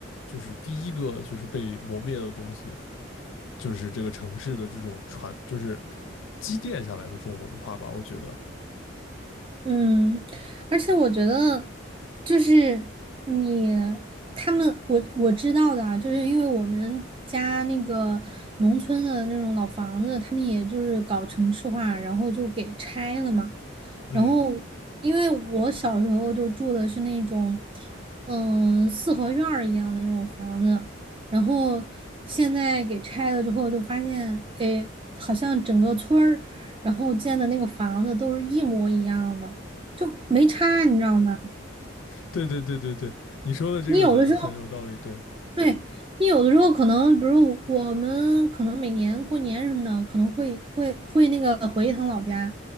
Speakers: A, on the left; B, on the right.
A: 就是第一个就是被磨灭的东西，就是这个城市的这种传，就是积淀下来的这种文化吧。我觉得，
B: 嗯，而且我觉得，就是你他们，我我知道的啊，就是因为我们家那个农村的那种老房子，他们也就是搞城市化，然后就给拆了嘛。
A: 嗯，
B: 然后，因为我小时候就住的是那种，嗯，四合院儿一样的那种房子，然后现在给拆了之后，就发现，哎，好像整个村儿。然后建的那个房子都是一模一样的，就没差，你知道吗？
A: 对对对对对，你说的这个很很有道理。
B: 你有的时候，
A: 对，
B: 对，你有的时候可能，比如我们可能每年过年什么的，可能会会会那个回一趟老家，